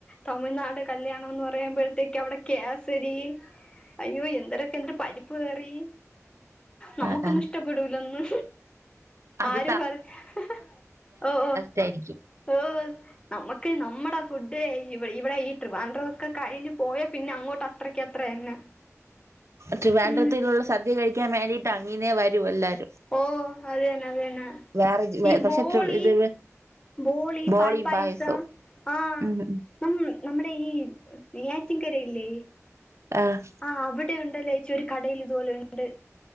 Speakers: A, on the left; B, on the right.
A: തമിഴ്നാട് കല്യാണം എന്ന് പറയുമ്പഴത്തേക്കും അവിടെ കേസരി അയ്യോ എന്തരക്കെ എന്തര് പരിപ്പ് കറീ നമ്മുക്കൊന്നും
B: ആ ആ
A: ഇഷ്ടപ്പെടൂലന്ന്
B: അത്
A: ആരു പറഞ്ഞ ഹ്ഹ് ഓ ഓ
B: തായിരിക്കും
A: ഓഹ് നമുക്ക് നമ്മടെ ഫുഡ് ഇവിടെ ഈ ട്രിവാൻഡ്രം ഒക്കെ കഴിഞ്ഞ് പോയ പിന്നെ അങ്ങോട്ട് അത്രക്ക് അത്ര തന്നെ <inaudible>
B: ട്രിവാൻഡ്രത്തിന്നുള്ള
A: ഉം
B: സദ്യ കഴിക്കാൻ വേണ്ടിയിട്ട് അങ്ങിന്നേ വരും എല്ലാരും
A: ഓ അതിയന്ന അതന്നെ
B: വേറെ ജി- വേ-
A: ഈ
B: പക്ഷെ
A: ബോളി
B: ട്രി- ഇത്
A: ബോളി
B: ബോളിയും
A: പാൽ പായസം
B: പായസവും
A: ആഹാ
B: ഉം ഉം.
A: ഇപ്പം നമ്മടെ ഈ നെയ്യാറ്റിൻകരയില്ലേ
B: ആഹ്
A: ആഹ് അവിടെ ഉണ്ടല്ലഏച്ചി ഒരു കടയിൽ ഇതുപോലെ ഉണ്ട്